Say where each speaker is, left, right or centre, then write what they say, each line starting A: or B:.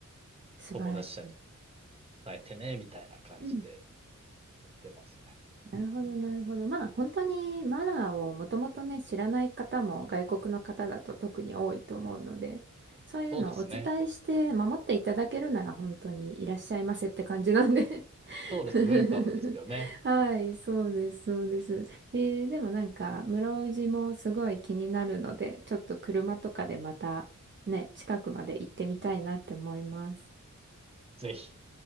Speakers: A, on the right; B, on the right.
A: 素晴らしい。
B: 友達たちに伝えてね、みたいな感じで
A: うん。
B: やってますね。
A: なるほど、
B: うん。
A: なるほど。まあ、本当にマナーをもともとね、知らない方も外国の方だと特に多いと思うので、そういうのをお伝えして守っていただけるなら本当にいらっしゃいませって感じなんで
B: そうですね。そうですね。
A: <laughs>
B: ウェルカムですよね。
A: はい、そうです、そうです。えー、でもなんか、室生寺もすごい気になるので、ちょっと車とかでまたね、近くまで行ってみたいなって思います。
B: ぜひ。